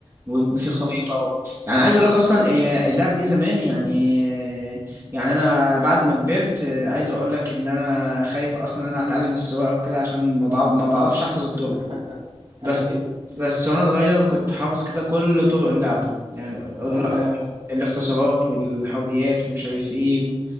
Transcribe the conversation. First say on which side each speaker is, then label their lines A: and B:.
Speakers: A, on the right; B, on the right.
A: ويبقى في
B: امم
A: خريطه و... يعني عايز اقول لك اصلا آه، اللعبه دي زمان يعني آه، يعني انا بعد ما كبرت آه، عايز اقول لك ان انا خايف اصلا ان انا اتعلم السواقه وكده عشان ما بعرف ما بعرفش احفظ
B: <laughs>
A: الطرق بس
B: ايوه
A: بس وانا صغير كنت حافظ كده كل طرق اللعب يعني ال-
B: <laughs>
A: الاختصارات والحوديات ومش عارف ايه